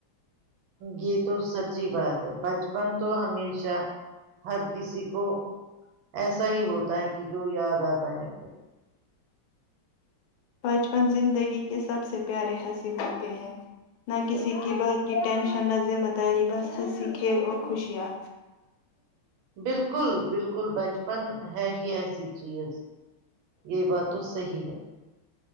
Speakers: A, on the right (about 80°); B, on the left (about 85°).
A: یہ تو سچی بات ہے بچپن تو ہمیشہ ہر کسی کو ایسا ہی ہوتا ہے کہ جو یاد آتا ہے پھر
B: بچپن زندگی کے سب سے پیارے ہنسی ہوتے ہیں نہ کسی کی بات کی ٹینشن نہ ذمہ داری بس ہنسی کھیل اور خوشیاں
A: بالکل بالکل بچپن ہے ہی ایسی چیز یہ بات تو صحی ہے